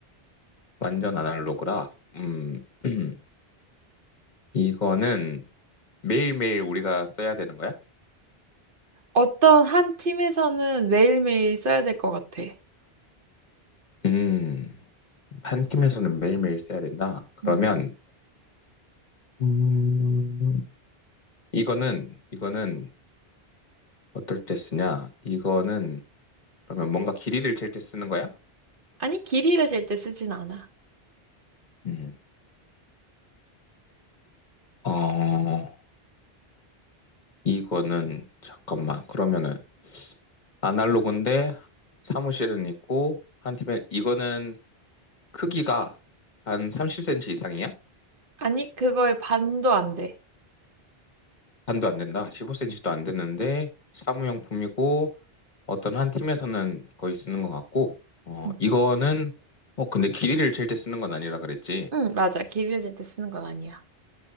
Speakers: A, on the left; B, on the right.
A: 완전 아날로그라. 음, <clears throat> 이거는 매일매일 우리가 써야 되는 거야?
B: 어떤 한 팀에서는 매일매일 써야 될 것 같아.
A: 음. 한 팀에서는 매일매일 써야 된다. 그러면
B: 음.
A: 음, 이거는 이거는 어떨 때 쓰냐? 이거는 그러면 뭔가 길이를 잴 때 쓰는 거야?
B: 아니, 길이를 잴 때 쓰진 않아.
A: 음. 어, 이거는 잠깐만. 그러면은 아날로그인데 사무실은 있고 한 팀에 이거는 크기가 한 30cm 이상이야?
B: 아니, 그거의 반도 안 돼.
A: 반도 안 된다. 15cm도 안 되는데 사무용품이고 어떤 한 팀에서는 거의 쓰는 것 같고, 어,
B: 응,
A: 이거는, 어, 근데 길이를 잴 때 쓰는 건 아니라 그랬지.
B: 응, 맞아. 길이를 잴 때 쓰는 건 아니야.